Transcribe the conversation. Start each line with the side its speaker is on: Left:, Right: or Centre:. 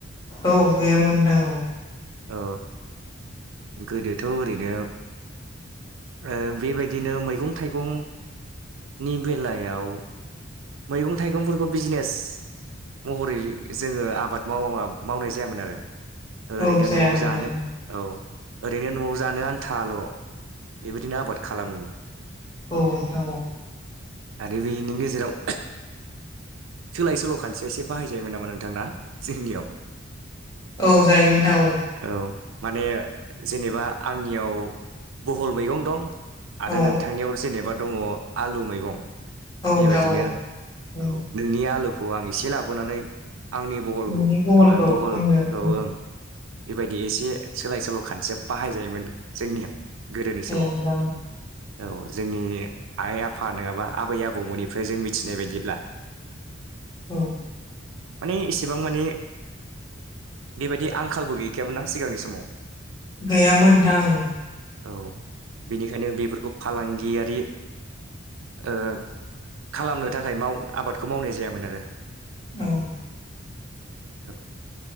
Left: औ गैयामोन नोंथां औ।
Right: औ गोदोथ' ओरैनो ओ बेबायदिनो मैगं थाइगंनि बेलायाव मैगं थाइगंफोरखौ बिजनेस महरै जोङो आबाद माव मावनाय जायामोन आरो। ओरैनो
Left: औ जायामोन
Right: न'आव जानो
Left: औ
Right: औ। ओरैनो न'आव जानो आन्थाल' बेबायदिनो आबाद खालामोमोन।
Left: औ नोंथां औ।
Right: आरो बिनि गेजेराव सोलाय सोल' खान्थिया एसे बाहायजायोमोन नामा नोंथां ना जोंनियाव?
Left: औ जायोमोन नोंथां औ।
Right: औ माने जेनेबा आंनियाव बहल मैगं दं। आरो
Left: औ
Right: नोंथांनियाव जेनेबा दङ आलु मैगं।
Left: औ नोंथां
Right: बेबायदिनो
Left: औ। उम
Right: औ नोंनि आलुखौ आं एसे लाबोनानै आंनि बहलखौ
Left: नोंनि गगलखौ
Right: बहलखौ
Left: आंनो उम
Right: ओं बेबायदि एसे सोलाय सोल' खानसे बाहायजायोमोन जोंनियाव गोदोनि समाव।
Left: औ दां
Right: औ जोंनि आइ आफा नङाबा आबै आबौमोननिफ्राय जों मिथिनाय बायदिब्ला
Left: औ
Right: माने इसेबां माने बेबायदि आं आंखालबो गैखायामोनना सिगांनि समाव
Left: गैयामोन नोंथां औ
Right: औ बेनिखायनो बेफोरखौ फालांगियारि ओ खालामनो थाखाय माव आबादखौ मावनाय जायामोन आरो
Left: औ औ
Right: औ